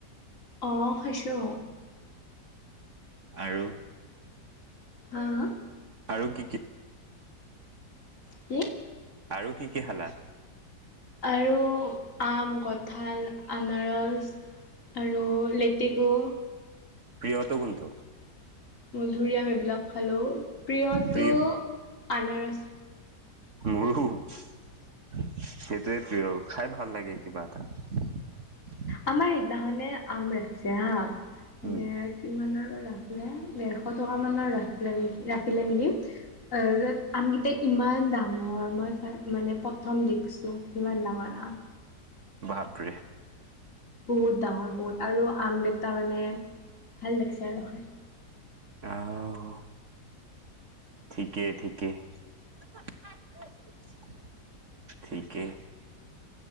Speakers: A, on the left (about 50°); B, on the right (about 50°).
A: অ' খাইছো।
B: আৰু?
A: হা-হা?
B: আৰু কি কি
A: কি?
B: আৰু কি কি খালা?
A: আৰু আম, কঁঠাল, আনাৰস। আৰু লেতেকু।
B: প্ৰিয়টো কোনটো?
A: মধুৰিআম এইবিলাক খালো। প্ৰিয়টো
B: প্ৰিয়
A: আনাৰস।
B: মোৰো। সেইটোৱে প্ৰিয়। খাই ভাল লাগে কিবা এটা।
A: আমাৰ সেইদিনাখনে আম ৰাখিছে হাঁ, মানে
B: উম,
A: কিমানৰ ৰাখিলে। ডেৰশ টকা মানৰ ৰাখিলে নেকি, ৰাখিলে নেকি, <unintelligible> আমকিটাই ইমান ডাঙৰ! মই ফাৰ-মানে প্ৰথম দেখছোঁ, ইমান ডাঙৰ আম।
B: বাপৰে।
A: বহুত ডাঙৰ বহুত আৰু আমকেইটা মানে ভাল লাগছে আৰু খায়।
B: আও। ঠিকেই ঠিকেই। <unintelligible> ঠিকে।